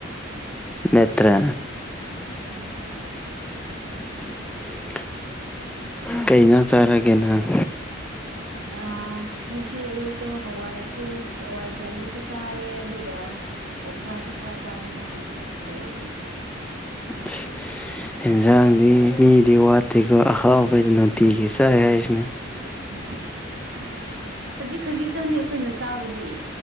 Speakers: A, in the centre; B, on the right.
A: ꯅꯠꯇ꯭ꯔꯥ
B: ꯎꯝ
A: <inaudible> ꯀꯩꯖꯥꯡ ꯆꯥꯔꯒꯦ ꯅꯪ
B: ꯑꯥ ꯉꯁꯤ ꯑꯌꯨꯛꯇꯣ ꯍꯋꯥꯏꯁꯨ ꯍꯋꯥꯏ ꯊꯣꯡꯕꯁꯨ ꯆꯥꯏꯌꯦ ꯑꯗꯨꯒ ꯑꯣꯛꯁꯥꯁꯨ ꯈꯔ ꯆꯥꯏꯌꯦ ꯉꯔꯥꯡꯒꯤ ꯂꯩꯕꯩ
A: ꯑꯁ ꯍꯦꯟꯖꯥꯡꯗꯤ ꯃꯤꯗꯤ ꯋꯥꯠꯇꯦꯀꯣ ꯑꯍꯥꯎꯕꯁꯦ ꯅꯨꯡꯇꯤꯒꯤ ꯆꯥꯏ ꯍꯥꯏꯁꯤꯅꯦ
B: ꯍꯤꯍꯤ ꯑꯥ ꯈꯖꯤꯛ ꯈꯖꯤꯛꯇꯅꯦ ꯑꯩꯈꯣꯏꯅ ꯆꯥꯕꯗꯤ